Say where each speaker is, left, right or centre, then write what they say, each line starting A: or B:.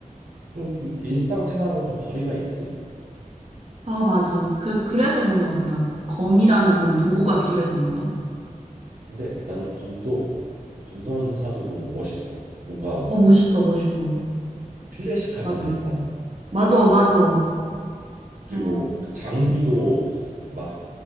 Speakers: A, on the right (about 70°); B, on the right (about 50°).
A: 좀 일상생활하고 좀 거리가 있지.
B: 아, 맞아. 그, 그래서 그런가 보다. 검이라는 그런 도구가 필요해서 그런가?
A: 근데 나는 검도 검도하는 사람들 보면 멋있어. 뭔가
B: 어, 멋있어, 멋있어.
A: 클래식하잖아
B: 맞아.
A: 일단.
B: 맞아, 맞아.
A: 그리고
B: 아,
A: 그 장비도 막